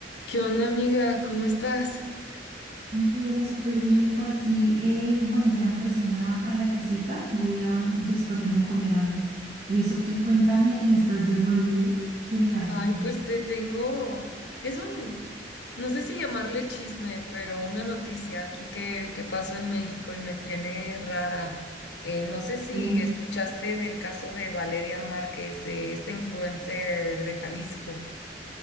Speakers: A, on the left; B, on the right.
A: ¿Qué onda, amiga? ¿Cómo estás?
B: Y Hola, súper bien por aquí. eh, bueno, llegando recién a, a la casita, voy a disponerme a comer algo. ¿Y eso qué? Cuéntame que me estás llamando. Qué milagro.
A: Ay,
B: <laughs>
A: pues te tengo. Es un, no sé si llamarle chisme, pero una noticia aquí que, que pasó en México y me tiene rara. Eh, no sé si
B: Mm.
A: escuchaste del caso de Valeria Márquez, eh, esta influencer de Jalisco.